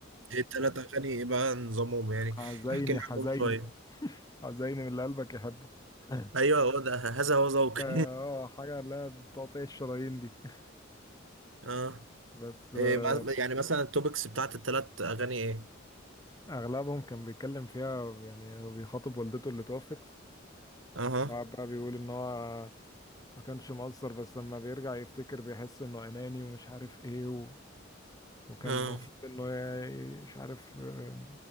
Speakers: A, on the right; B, on the left.
A: ايه التلات اغاني ايه بقى نظامهم يعني
B: حزيني
A: احكي لي
B: حزيني
A: عنهم شويه
B: حزيني من اللي قلبك يحبه <laughs> اه
A: ايوه هو ده هذا هو ذوقي
B: آه، حاجة اللي هي تقطيع الشرايين دي <laughs>
A: <laughs> اه
B: بس آه،
A: إيه بقى- يعني مثلا التوبكس بتاعت التلات اغاني ايه
B: أغلبهم كان بيتكلم فيها يعني بيخاطب والدته اللي توفت
A: اها
B: قعد بقى بيقول إن هو ما كانش مقصر بس لما بيرجع يفتكر بيحس إنه أناني ومش عارف إيه و... وكان
A: اه
B: المفروض إنه ي- مش عارف آه،